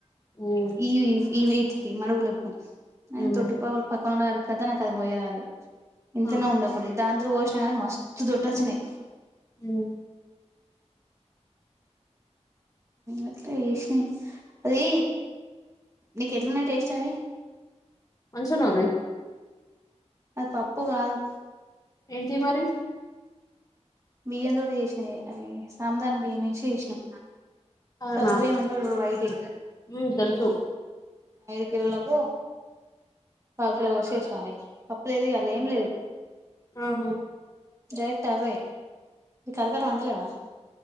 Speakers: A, on the left; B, on the right.
A: ఉమ్
B: ఈ ఈ వీటికి మడుగులకి నేను
A: ఉమ్
B: తొట్టుపవులు పక్కన అడుకదా నాకు అది పోయే రాలి ఇంతనే
A: ఆహా
B: ఉండ డి దానింత పోసినాగానీ మస్తు దడ్ వచ్చినాయి
A: ఉ
B: అట్లా చేస్నవి అది నీకు ఎట్లున్నాయి టేస్ట్ అవి
A: మంచినన్నాయి
B: అది తప్పు కాదు
A: ఏంటి మరి
B: బియ్యం తోటి చేసినయే అవి సాముదాన బియ్యం వేసి చేసినం
A: అవునా
B: సగ్గుబియ్యం అంటారు చూడు వైటియి
A: ఉమ్ తెలుసు
B: ఐదు కిలోలకు కాకులో పోసి చేసిన రైస్ పప్పులేదు ఇగ ఆళ్ళ ఏం లేదు
A: ఆహు
B: డైరెక్ట్ అవ్వే కరకరం అంటలేవా